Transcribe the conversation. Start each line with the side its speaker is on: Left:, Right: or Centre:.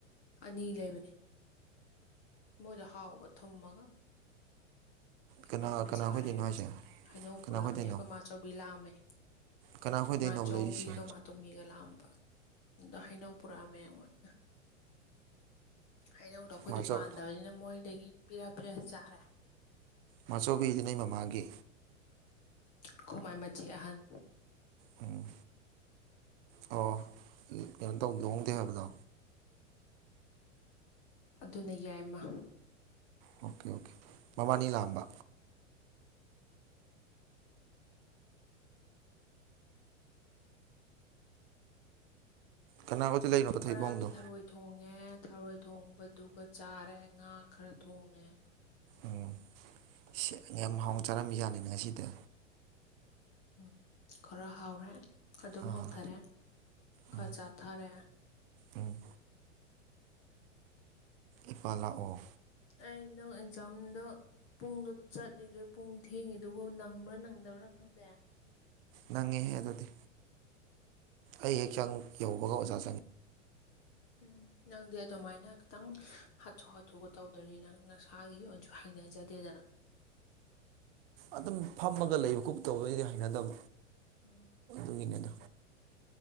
Left: ꯑꯅꯤ ꯂꯩꯕꯅꯤ ꯃꯣꯏꯗꯣ ꯍꯥꯎꯕ ꯊꯨꯝꯃꯒ
Right: ꯀꯅꯥ
Left: ꯑꯗꯨ
Right: ꯀꯅꯥ
Left: ꯆꯥꯔꯦ
Right: ꯈꯣꯏꯗꯣꯏꯅꯣ ꯍꯥꯏꯁꯦ
Left: ꯍꯩꯅꯧ
Right: ꯀꯅꯥ
Left: ꯄꯨꯔꯛꯑꯝꯃꯦ
Right: ꯈꯣꯏꯗꯣꯏꯅꯣ
Left: ꯑꯩꯈꯣꯏ ꯃꯥꯆꯧꯕꯤ ꯂꯥꯛꯑꯝꯃꯦ
Right: ꯀꯅꯥ ꯈꯣꯏꯗꯣꯏꯅꯣꯕ
Left: ꯃꯥ ꯆꯧꯕꯤꯒ
Right: ꯂꯩꯔꯤꯁꯦ
Left: ꯃꯥꯇꯣꯝꯕꯤꯒ ꯂꯥꯛꯑꯝꯕ ꯑꯗꯥ ꯍꯩꯅꯧ ꯄꯨꯔꯛꯑꯃꯦ ꯃꯣꯏ ꯍꯩꯅꯗꯣ ꯑꯩꯈꯣꯏꯗꯤ
Right: ꯃꯥꯆꯧ
Left: ꯄꯥꯟꯗꯕꯅꯤꯅ ꯃꯣꯏꯗꯒꯤ ꯄꯤꯔ ꯄꯤꯔ ꯆꯥꯔꯦ
Right: ꯃꯥꯆꯧꯕꯤꯁꯤꯅ ꯅꯣꯏ ꯃꯃꯥꯒꯤ
Left: ꯑꯩꯒꯣꯏ ꯃꯥꯏ ꯃꯆꯦ ꯑꯍꯟ
Right: ꯎꯝ ꯑꯣ ꯀꯩꯅꯣ ꯇꯧ ꯂꯨꯍꯣꯡꯗꯦ ꯍꯥꯏꯕꯗꯣ
Left: ꯑꯗꯨꯅ ꯌꯥꯏꯃ
Right: ꯑꯣꯀꯦ ꯑꯣꯀꯦ ꯃꯕꯥꯅꯤ ꯂꯥꯛꯑꯝꯕ ꯀꯅꯥ ꯈꯣꯏꯗ ꯂꯩꯔꯤꯅꯣꯕ
Left: ꯑꯗꯨ ꯉꯔꯥꯡꯒꯤ
Right: ꯊꯩꯕꯣꯡꯗꯣ
Left: ꯊꯔꯣꯏ ꯊꯣꯡꯦ ꯊꯣꯡꯉꯦ ꯊꯔꯣꯏ ꯊꯣꯡꯕꯗꯨꯒ ꯆꯥꯔꯦ ꯉꯥ ꯈꯔ ꯊꯣꯡꯉꯦ
Right: ꯎꯝ ꯁꯤꯑꯥ ꯌꯥꯝ ꯍꯥꯎꯅ ꯆꯥꯔꯝꯃꯤꯖꯠꯅꯤ ꯉꯁꯤꯗꯤ
Left: ꯎꯝ ꯈꯔ ꯍꯥꯎꯔꯦ ꯑꯗꯨꯝ
Right: ꯑꯥ
Left: ꯍꯥꯎꯊꯔꯦ ꯈꯔꯥ
Right: ꯎꯝ
Left: ꯆꯥꯊꯔꯦ
Right: ꯎꯝ ꯏꯄꯥ ꯂꯥꯛꯑꯣ
Left: ꯑꯩ ꯅꯣ ꯑꯦꯛꯖꯥꯝꯗꯣ ꯄꯨꯡꯗꯣ ꯆꯠꯂꯤꯗꯨꯣꯏ ꯄꯨꯡ ꯊꯦꯡꯉꯤꯗꯨꯕꯨ ꯅꯪꯕ꯭ꯔꯥ ꯅꯪꯗꯕ꯭ꯔꯥ ꯈꯪꯗꯦ
Right: ꯅꯪꯉꯦꯍꯦ ꯑꯗꯨꯗꯤ ꯑꯩ ꯍꯦꯛ ꯆꯪ ꯌꯧꯕꯒ ꯑꯣꯖꯥ ꯆꯪꯉꯤ
Left: ꯎꯝ ꯅꯪꯗꯤ ꯑꯗꯨꯃꯥꯏꯅ ꯈꯤꯇꯪ ꯍꯥꯊꯨ ꯍꯥꯊꯨꯒ ꯇꯧꯗꯔꯤ ꯅꯪ ꯅꯁꯥꯒꯤ ꯑꯣꯏꯅꯁꯨ ꯍꯩꯅꯖꯗꯦ ꯗꯅ
Right: ꯑꯗꯨꯝ ꯐꯝꯃꯒ ꯂꯩꯕ ꯈꯣꯨꯞ ꯇꯧ ꯑꯩꯗꯤ ꯍꯩꯅꯗꯕ
Left: ꯎꯝ
Right: ꯅꯪꯒꯤꯅꯦ ꯗꯣ